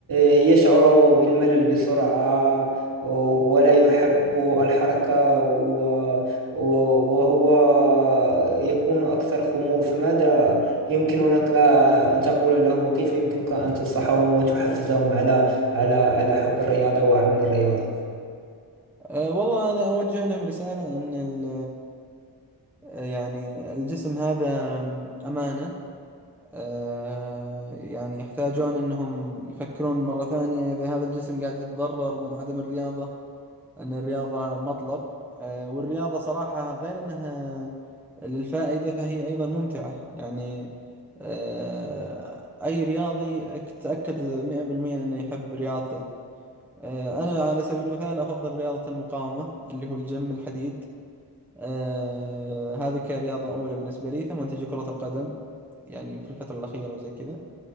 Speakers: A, on the right; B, in the centre.
A: يشعر بالملل بسرعة ولا يحب الحركة و- و- وهو يكون أكثر خمول فماذا يمكنك أن تقول لهم وكيف يمكنك أن تنصحهم وتحفزهم على على على حب الرياضة وعمل الرياضة
B: أه والله أنا أوجه لهم رسالة إن ال آه، يعني الجسم هذا أمانة أه يعني يحتاجون أنهم يفكرون مرة ثانية إذا هذا الجسم قاعد يتضرر من عدم الرياضة أن الرياضة مطلب آه، والرياضة صراحة غير أنها للفائدة فهي أيضا ممتعة يعني آه، أي رياضي أك- تأكد مئة بالمئة أنه يحب رياضته آه، أنا على سبيل المثال أفضل رياضة المقاومة اللي هو الجيم الحديد آه، هذه كرياضة أولى بالنسبة لي ثم تجي كرة القدم يعني في الفترة الأخيرة وزي كذا